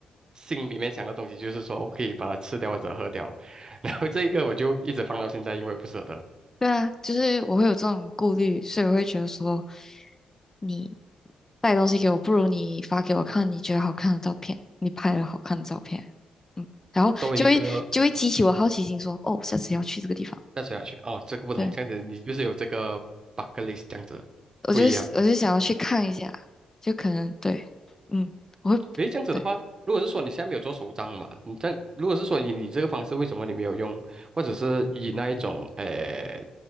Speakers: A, on the right (about 35°); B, on the left (about 25°).
A: 心里面想的东西就是说我可以把它吃掉或者喝掉，<laughs> 然后这一个我就一直放到现在，因为不舍得。
B: 对啊，就是我会有这种顾虑，所以我会觉得说，你带东西给我，不如你发给我看你觉得好看的照片，你拍了好看的照片，嗯，然后就会就会激起我好奇心说，
A: 作为一个
B: 哦，下次要去这个地方，
A: 再吃下去，哦，这个不同，
B: 对，
A: 这样子你就是有这个 bucket list 这样子，
B: 我就我就想要去看一下，
A: 不一样。
B: 就可能对，嗯，我会对，
A: 诶，这样子的话，如果是说你现在没有做手账嘛，你这样如果是说以你这个方式，为什么你没有用，或者是以那一种，诶，